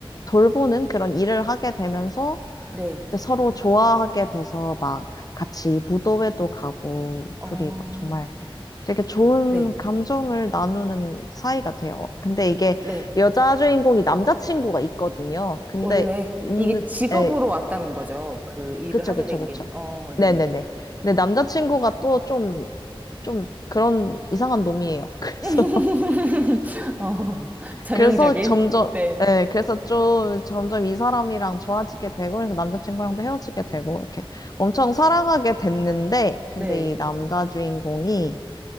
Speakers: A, on the left (about 40°); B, on the right (about 15°).
A: 돌보는 그런 일을 하게 되면서
B: 네,
A: 이제 서로 좋아하게 돼서 막 같이 무도회도 가고
B: 어,
A: 둘이 막 정말 되게 좋은
B: 네,
A: 감정을 나누는 사이가 돼요. 근데 이게
B: 네.
A: 여자 주인공이 남자친구가 있거든요. 근데
B: 원래
A: 있는,
B: 이게 직업으로
A: 에,
B: 왔다는 거죠. 그 일을
A: 그쵸,
B: 하게
A: 그쵸,
B: 된
A: 그쵸.
B: 게. 어, 네네.
A: 네네네. 근데 남자친구가 또좀 좀 그런 이상한 놈이에요. <laughs> 그래서
B: <laughs> 어, 전형적인?
A: 그래서 점점
B: 네,
A: 예, 그래서 좀 점점 이 사람이랑 좋아지게 되고 그래서 남자친구랑도 헤어지게 되고 이렇게 엄청 사랑하게 됐는데 근데
B: 네.
A: 이 남자 주인공이